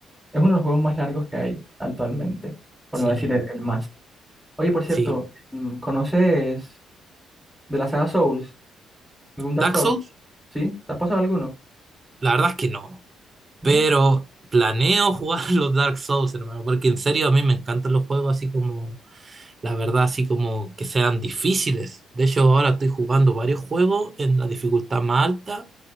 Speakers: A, in the centre; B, on the right.
A: es uno de los juegos más largos que hay actualmente, por
B: Sí,
A: no decir el, el más. Oye, por cierto,
B: sí.
A: mm, ¿conoces de la saga Souls? ¿Algún Dark
B: Dark
A: Souls?
B: Souls,
A: ¿Sí? ¿Te has pasado alguno?
B: la verdad es que no.
A: ¿No?
B: Pero planeo jugar <laughs> los Dark Souls, hermano, porque en serio a mí me encantan los juegos así como, la verdad, así como que sean difíciles. De hecho, ahora estoy jugando varios juegos en la dificultad más alta